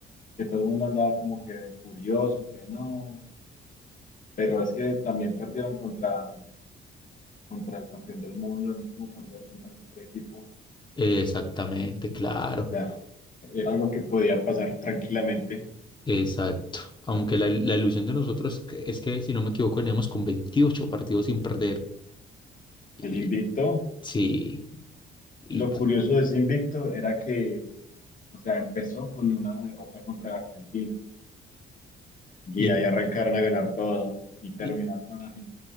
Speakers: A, on the left; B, on the left.
A: que todo el mundo andaba como que furioso, que no. Pero es que también perdieron contra, contra el campeón del mundo, no es como perder contra cualquier equipo.
B: Exactamente, claro,
A: O sea, era algo que podía pasar tranquilamente.
B: exacto. Aunque la, la ilusión de nosotros que- es que, si no me equivoco, veníamos con 28 partidos sin perder. Y
A: El invicto,
B: sí, y,
A: y lo curioso de ese invicto era que, o sea, empezó con una derrota contra Argentina y
B: y,
A: ahí arrancaron a ganar todo y terminó
B: y-
A: con la final.